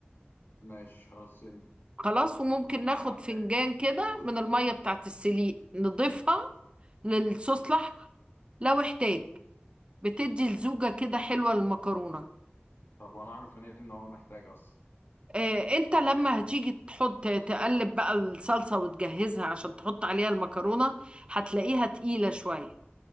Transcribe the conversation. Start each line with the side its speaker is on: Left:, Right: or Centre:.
Left: ماشي خلاص فهمت
Right: خلاص وممكن ناخد
Left: بتاع ده
Right: فنجان
Left: ايه
Right: كده من المية بتاعت السليق نضيفها للصوص الأحمر لو احتاج بتدي لزوجة كده حلوة للمكرونة
Left: طب وانا اعرف منين ان هو محتاج اصلا
Right: اه انت لما هتيجي تحط تقلب بقى الصلصة وتجهزها عشان تحط عليها المكرونة هتلاقيها تقيلة شوية